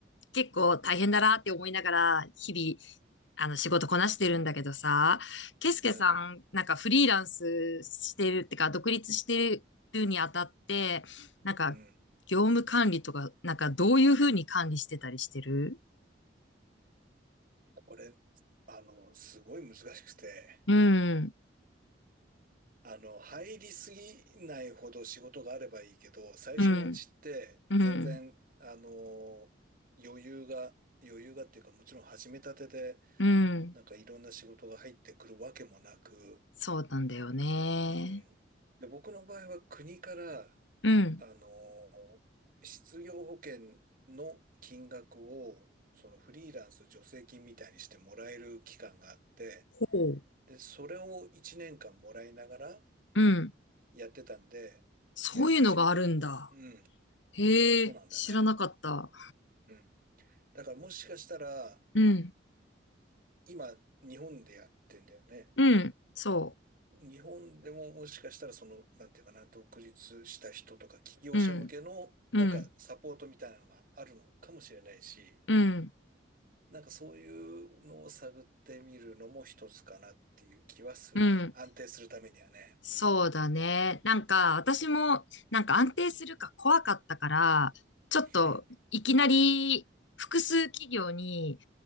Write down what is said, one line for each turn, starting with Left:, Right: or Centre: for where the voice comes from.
Left: 結構大変だなって思いながら、日々、あの、仕事こなしてるんだけどさ、ケイスケさん、
Right: うん、
Left: なんかフリーランスしてるってか、独立してるにあたって、なんか、
Right: うん。
Left: 業務管理とか、なんか、どういうふうに管理してたりしてる
Right: これ、あの、すごい難しくて、
Left: うん、
Right: あの、入りすぎないほど仕事があればいいけど、最初のうちって全然、
Left: うん。うん、
Right: あの、余裕が、余裕がっていうか、もちろん始めたてで、
Left: うん。
Right: なんかいろんな仕事が入ってくるわけもなく、
Left: そうなんだよね。
Right: うん。で、僕の場合は国から、
Left: うん、
Right: あのー失業保険の金額を、そのフリーランス助成金みたいにしてもらえる期間があって、
Left: ほう。
Right: で、それを1年間もらいながら
Left: うん。
Right: やってたんで、
Left: そういうのがあるんだ。
Right: やり始めてるところな。うん。
Left: へえ、
Right: そうなんだよね。
Left: 知らなかった。
Right: うん。だからもしかしたら、
Left: うん、
Right: 今、日本でやってんだよね。
Left: うん、そ
Right: 日本でももしかしたらその、なんていうかな、独立した人とか起業者向けの、
Left: う。うん、うん、
Right: なんかサポートみたいなのがあるのかもしれないし、
Left: うん、
Right: なんかそういうのを探ってみるのも一つかなっていう気はするね。
Left: うん。
Right: 安定するためにはね。
Left: そうだね。
Right: うん。
Left: なんか、私も、なんか安定するか怖かったから、ちょっと、
Right: <laughs>
Left: いきなり、複数企業に、